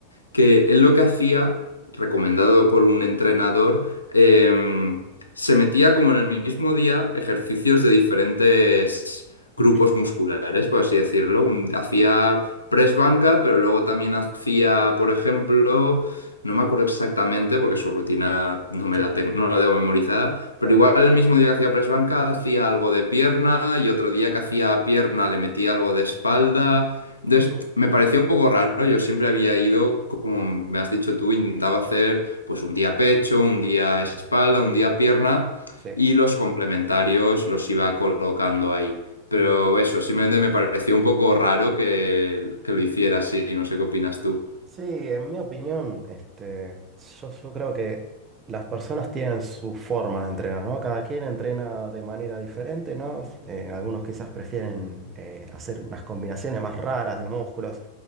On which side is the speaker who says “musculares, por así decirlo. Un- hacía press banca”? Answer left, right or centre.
Left